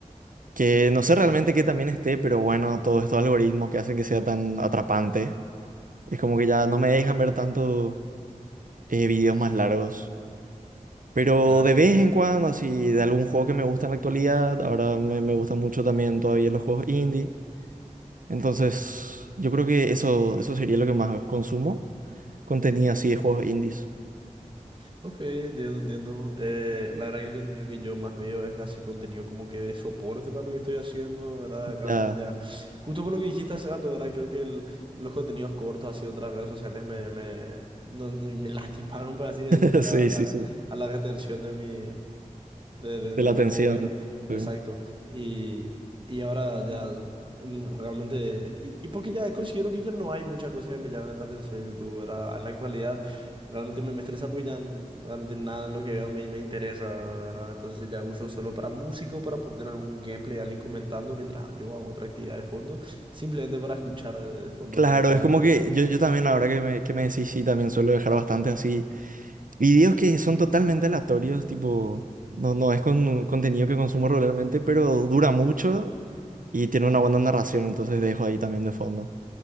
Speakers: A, on the right (about 75°); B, on the right (about 35°).
A: Que no sé realmente qué también esté, pero bueno, todos estos algoritmos que hacen que sea tan atrapante, es como que ya no me dejan ver tanto eh, videos más largos. Pero
B: Claro,
A: de vez
B: claro.
A: en cuando, así, de algún juego que me gusta en la actualidad, ahora me, me gustan mucho también todavía los juegos indie. Entonces, yo creo que eso, eso sería lo que más consumo, contenido así de juegos indies.
B: Ok, entiendo, entiendo. Eh, la verdad que el contenido que yo más veo es así contenido como que de soporte para lo que estoy haciendo, ¿verdad?
A: Ya,
B: Realmente ya, justo por lo que dijiste hace rato, ¿verdad? Creo que el- los contenidos cortos así de otras redes sociales me, me, no- no- me <laughs> lastimaron, por así decir,
A: <laughs>
B: ¿verdad?
A: sí,
B: A la,
A: sí,
B: re-
A: sí,
B: a la retención de mi, de, de-
A: de
B: de
A: la
B: lo
A: atención.
B: que puedo ver.
A: sí.
B: Exacto. Y, y ahora ya mm, realmente... Y, y porque ya considero que ya no hay muchas cosas que me llaman la atención en YouTube, ¿verdad? En la actualidad realmente me, me estresa porque ya n- realmente nada en lo que veo me, me interesa, ¿verdad? Entonces ya uso solo para músico, para poner algún gameplay, alguien comentando mientras yo hago otra actividad de fondo, simplemente para escuchar de, de fondo,
A: Claro,
B: pero ya
A: es como
B: yo
A: que yo, yo también, ahora que me, que me decís, sí, también suelo dejar bastante así. Videos que son totalmente aleatorios, tipo, no, no es con contenido que consumo regularmente, pero dura mucho y tiene una buena narración, entonces dejo ahí también de fondo.